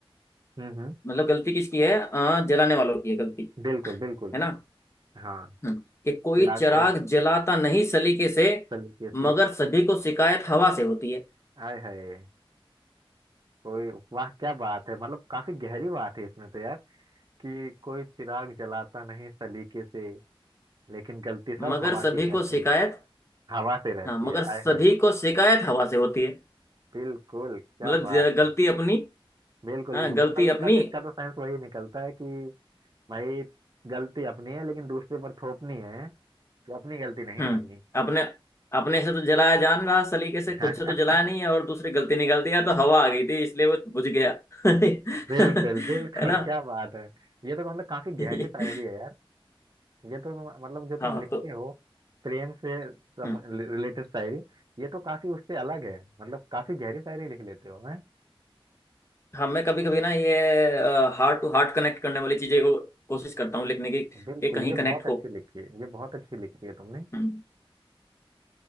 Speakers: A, on the right (about 45°); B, on the left (about 30°).
A: हम्म हम्म,
B: मतलब गलती किसकी है अ, जलाने वालों की है गलती
A: बिल्कुल बिल्कुल
B: है ना
A: हाँ
B: हम्म, कि कोई
A: चिराग
B: चिराग
A: को
B: जलाता नहीं सलीके से
A: सलीके से
B: मगर सभी को शिकायत हवा से होती है
A: हाय हाय कोई वाह क्या बात है मतलब काफी गहरी बात है इसमें तो यार कि कोई चिराग जलाता नहीं सलीके से लेकिन गलती
B: मगर
A: सब हवा
B: सभी
A: की कहते
B: को शिकायत
A: हैं हवा से रहती
B: हाँ मगर
A: है
B: सभी
A: हाय हाय
B: को शिकायत हवा से होती है
A: बिल्कुल क्या
B: मतलब
A: बात
B: ज- गलती
A: है
B: अपनी
A: बिल्कुल
B: हाँ
A: बिल्कुल
B: गलती
A: मतलब इसका
B: अपनी
A: इसका तो सेंस वही निकलता है कि भाई गलती अपनी है लेकिन दूसरे पर थोपनी है कि अपनी गलती नहीं
B: हम्म
A: माननी
B: अपने अपने से तो जलाया जान रहा सलीके से
A: <laughs>
B: खुद से तो जलाया नहीं है और दूसरी गलती निकाल दी यार तो हवा आ गई थी इसलिए वो बुझ गया <laughs> है
A: बिल्कुल बिल्कुल
B: ना
A: क्या बात है ये तो मतलब काफी
B: <laughs>
A: गहरी शायरी है यार ये तो मतलब जो तुम
B: हाँ
A: लिखते
B: तो
A: हो प्रेम से रिलेटेड
B: हम्म
A: शायरी ये तो काफी उससे अलग है मतलब काफी गहरी शायरी लिख लेते हो हैं
B: हाँ मैं कभी कभी ना ये हार्ट टू हार्ट कनेक्ट करने वाली चीजें को कोशिश करता हूँ लिखने की
A: बिल्कुल
B: ये कहीं
A: ये
B: कनेक्ट
A: बहुत अच्छी
B: हो
A: लिखी है ये बहुत अच्छी लिखी है तुमने
B: हम्म,